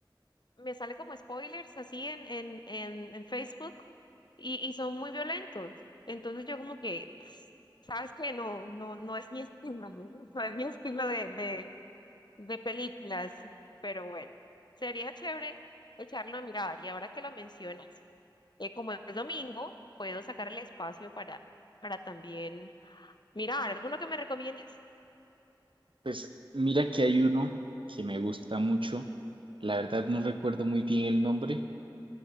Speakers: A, on the left; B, on the right.
A: me sale como spoilers así en, en, en, en Facebook y, y son muy violentos. Entonces yo como que, pues, sabes que no, no, no es mi <laughs> estilo, no No es mi estilo de, de, de películas, pero bueno, sería chévere echarlo a mirar. Y ahora que lo mencionas, eh, como es domingo, puedo sacar el espacio para, para también mirar. ¿Alguno que me recomiendes?
B: pues mira que hay uno que me gusta mucho. La verdad no recuerdo muy bien el nombre.